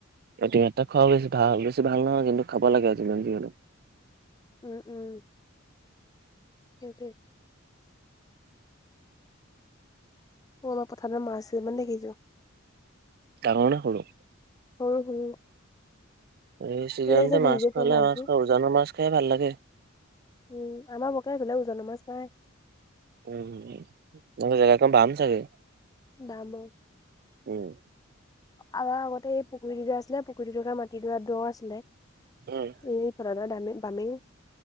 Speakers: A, on the right (about 50°); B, on the left (about 20°).
A: অতিমাত্ৰা খোৱাও বেছ ভাল বেছি ভাল নহয় কিন্তু খাব লাগে যিমান যি হলো
B: উম উম সেইটোৱে সৌ আমাৰ পথাৰত মাছ কেইটামান দেখিছো
A: ডাঙৰ না সৰু
B: সৰু সৰু
A: এই চিজনতে
B: এইবিলাক যে ঘূৰি
A: মাছ
B: যে
A: খোৱালে
B: ফুৰে মাছবোৰ,
A: মাছ খা উজানৰ মাছ খাই ভাল লাগে
B: উম আমাৰ বকা এইফালে উজানৰ মাছ নাই
A: উম তহঁতৰ জাগা খন বাম চাগে
B: বাম অ
A: উম
B: আৰু আগতে এই পুখুৰীটো যে আছিলে পুখুৰীটো থকা মাটি দোৰা দোহ আছিলে
A: উম
B: এই পুৰনা দামে বামে